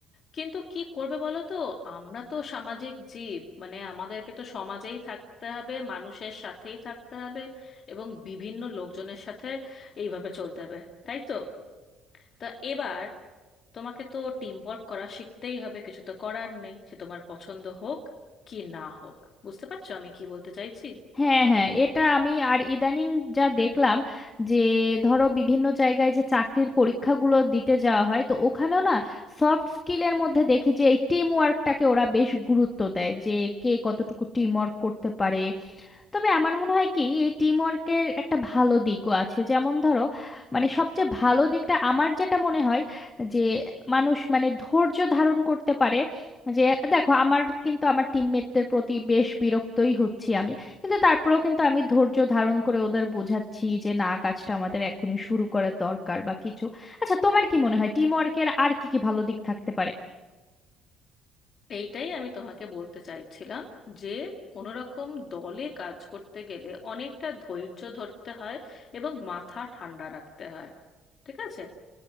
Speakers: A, on the left; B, on the left.
A: কিন্তু কি করবে বলো তো আমরা তো সামাজিক জীব মানে আমাদেরকে তো সমাজেই থাকতে হবে মানুষের সাথেই থাকতে হবে এবং বিভিন্ন লোকজনের সাথে এইভাবে চলতে হবে তাই তো তা এবার তোমাকে তো টিম ওয়ার্ক করা শিখতেই হবে কিছু তো করার নেই সে তোমার পছন্দ হোক কি না হোক বুঝতে পারছো আমি কি বলতে চাইছি
B: হ্যাঁ হ্যাঁ এটা আমি আর ইদানিং যা দেখলাম যে ধরো বিভিন্ন জায়গায় যে চাকরির পরীক্ষাগুলো দিতে যাওয়া হয় তো ওখানেও না সফট স্কিলের মধ্যে দেখি যে এই টিম ওয়ার্কটাকে ওরা বেশ গুরুত্ব দেয় যে কে কতটুকু টিম ওয়ার্ক করতে পারে তবে আমার মনে হয় কি এই টিম ওয়ার্কের একটা ভালো দিকও আছে যেমন ধরো মানে সবচেয়ে ভালো দিকটা আমার যেটা মনে হয় যে মানুষ মানে ধৈর্য ধারণ করতে পারে যে দেখো আমার কিন্তু আমার টিমমেটদের প্রতি বেশ বিরক্তই হচ্ছি আমি কিন্তু তারপরেও কিন্তু আমি ধৈর্য ধারণ করে ওদের বোঝাচ্ছি যে না কাজটা আমাদের এখনই শুরু করার দরকার বা কিছু আচ্ছা তোমার কি মনে হয় টিম ওয়ার্কের আর কি কি ভালো দিক থাকতে পারে
A: এইটাই আমি তোমাকে বলতে চাইছিলাম যে কোনো রকম দলে কাজ করতে গেলে অনেকটা ধৈর্য ধরতে হয় এবং মাথা ঠান্ডা রাখতে হয় ঠিক আছে